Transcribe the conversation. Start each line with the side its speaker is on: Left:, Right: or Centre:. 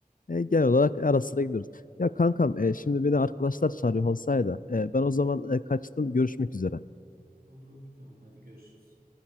Left: E, genel olarak ara sıra gidiyoruz. Ya kankam e, şimdi beni arkadaşlar çağırıyor olsaydı e, ben o zaman e, kaçtım. Görüşmek üzere.
Right: Olur olur tamam hadi görüşürüz.